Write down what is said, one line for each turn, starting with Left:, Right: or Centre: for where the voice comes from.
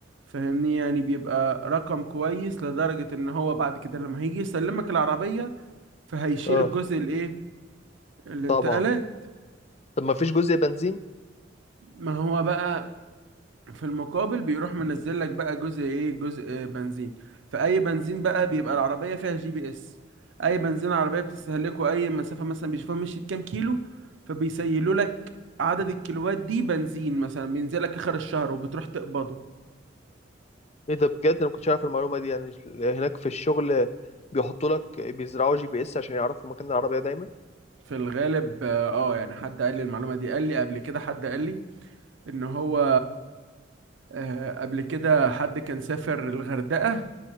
Right: فاهمني يعني بيبقى رقم كويس لدرجة ان هو بعد كده لما هيجي يسلمك العربية فهيشيل
Left: اه
Right: الجزء الايه الانتقالات
Left: طبعا طب ما فيش جزء بنزين
Right: ما هو بقى في المقابل بيروح منزل لك بقى جزء ايه جزء بنزين فاي بنزين بقى بيبقى العربيه فيها جي بي اس اي بنزين عربيه بتستهلكه اي مسافه مثلا بيشوفوها مشيت كام كيلو فبيسيلوا لك عدد الكيلوات دي بنزين مثلا بينزل لك اخر الشهر وبتروح تقبضه
Left: ايه ده بجد انا ما كنتش عارف المعلومه دي يعني هناك في الشغل بيحطوا لك بيزرعوا جي بي اس عشان يعرفوا مكان العربيه دايما
Right: في الغالب اه آه، يعني حد قال لي المعلومه دي قال لي قبل كده حد قال لي ان هو آه، قبل كده حد كان سافر الغردقة